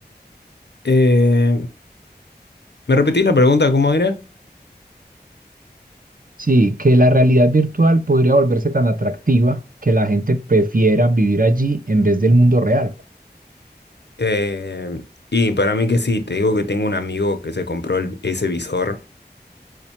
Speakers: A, on the left; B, on the right.
A: Eh, ¿me repetís la pregunta cómo era?
B: Sí, que la realidad virtual podría volverse tan atractiva que la gente prefiera vivir allí en vez del mundo real.
A: Eh, y para mí que sí, te digo que tengo un amigo que se compró el- ese visor